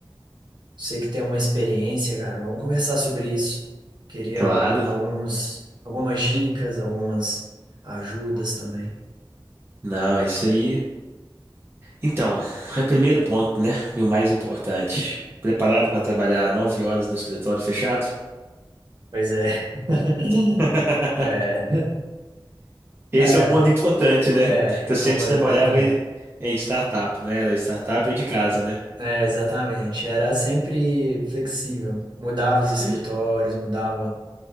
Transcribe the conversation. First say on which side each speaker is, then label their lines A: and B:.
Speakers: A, on the right; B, on the right.
A: Sei que tem uma experiência, cara. Vamos conversar sobre isso. Queria
B: Claro.
A: alguns, algumas dicas, algumas ajudas também.
B: Não, é isso aí. Então, é o primeiro ponto, né? E o mais importante. Preparado para trabalhar nove horas no escritório fechado?
A: Pois é. <laughs>
B: <laughs>
A: É.
B: Esse
A: Cara,
B: é um ponto importante, né?
A: é,
B: Que você
A: é um
B: antes
A: ponto
B: trabalhava
A: importante.
B: em, em startup, não era? Startup ou de casa, né?
A: É, exatamente. Era sempre flexível. Mudava os escritórios,
B: Eu, n-
A: mudava,